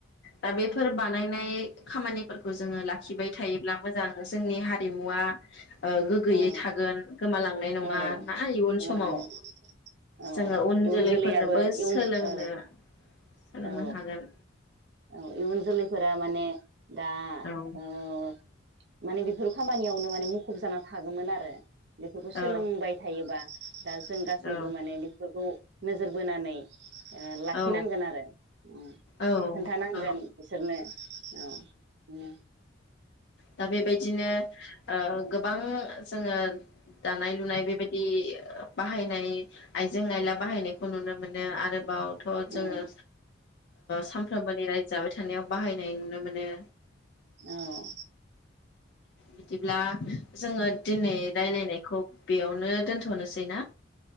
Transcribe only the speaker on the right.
औ
औ
बुंलाङो
औ
इयुन
जोलैयाबो इयुन
औ
औ
औ इयुन जोलैफोरा माने दा
ओ माने बेफोर खामानियावनो माने मुखुब जाना थागौमोन आरो। बेफोरखौ सोलोंबाय
थायोबा। दा जों गासैबो
माने बेफोरखौ नोजोर बोनानै ओ लाखिनांगोन
आरो ओम
खोन्थानांगोन
बिसोरनो औ
उम
औ